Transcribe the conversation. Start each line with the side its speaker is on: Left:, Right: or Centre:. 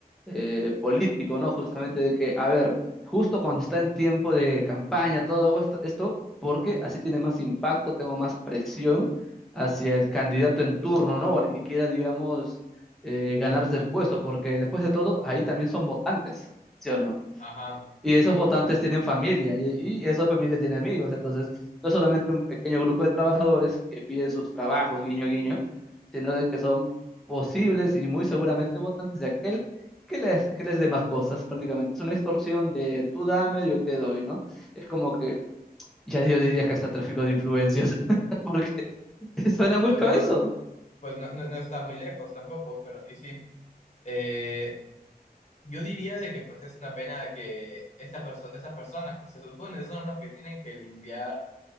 Centre: eh, político, ¿no? Justamente de que, a ver, justo cuando está en tiempo de campaña, todo hago esto, esto porque así tiene más impacto, tengo más presión hacia el candidato en turno, ¿no? O al que quiera, digamos, eh, ganarse el puesto, porque después de todo, ahí también son votantes, ¿sí o no?
Left: Ajá,
Centre: y
Left: sí.
Centre: esos votantes tienen familia y, y esa familia tiene amigos. Entonces, no es solamente un pequeño grupo de trabajadores que piden sus trabajos, guiño, guiño, sino de que son posibles y muy seguramente votantes de aquel que les, que les dé más cosas, prácticamente. Es una extorsión de tú dame, yo te doy, ¿no? Es como que, ya yo diría que hasta tráfico de influencias, <laughs> porque suena mucho
Left: Pues no,
Centre: a eso.
Left: pues no, no, no está muy lejos tampoco, pero y sí. Eh, yo diría de que pues es una pena que esta perso- esas personas que se supone son los que tienen que limpiar